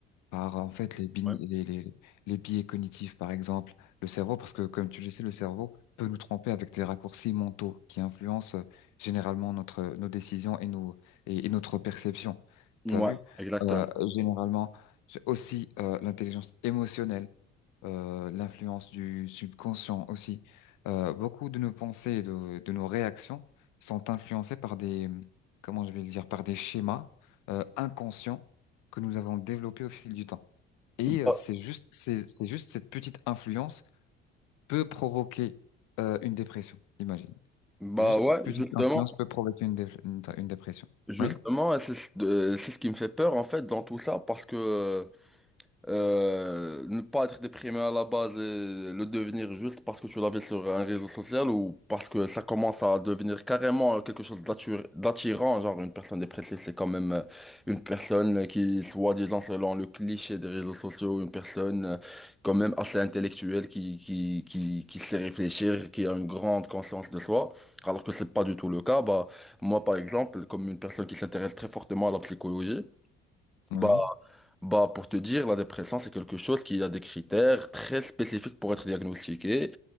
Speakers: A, on the left; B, in the centre.
A: par en fait les, bign-
B: ouais.
A: les, les, les biais cognitifs, par exemple, le cerveau, parce que comme tu le sais, le cerveau peut nous tromper avec des raccourcis mentaux qui influencent euh, généralement notre, nos décisions et, nos, et, et notre perception.
B: Ouais,
A: T'as vu?
B: exactement.
A: Euh, généralement, j'ai aussi euh, l'intelligence émotionnelle, euh, l'influence du subconscient aussi. Euh, beaucoup de nos pensées et de, de nos réactions sont influencées par des, hum, comment je vais le dire, par des schémas euh, inconscients que nous avons développé au fil du temps. Et euh,
B: Bah
A: c'est juste, c'est, c'est juste cette petite influence peut provoquer euh, une dépression, imagine.
B: bah
A: Juste
B: ouais,
A: cette petite
B: justement,
A: influence peut provoquer une, dé- une, une dépression.
B: justement,
A: Oui?
B: et c'est ce de- c'est ce qui me fait peur en fait dans tout ça parce que Euh, ne pas être déprimé à la base et le devenir juste parce que tu l'as vu sur un réseau social ou parce que ça commence à devenir carrément quelque chose d'attu- d'attirant, genre une personne dépressive, c'est quand même euh, une personne qui, soi-disant, selon le cliché des réseaux sociaux, une personne euh, quand même assez intellectuelle qui, qui, qui, qui sait réfléchir, qui a une grande conscience de soi, alors que c'est pas du tout le cas. Bah, moi, par exemple, comme une personne qui s'intéresse très fortement à la psychologie,
A: Oui.
B: bah, bah, pour te dire, la dépression, c'est quelque chose qui a des critères très spécifiques pour être diagnostiqué,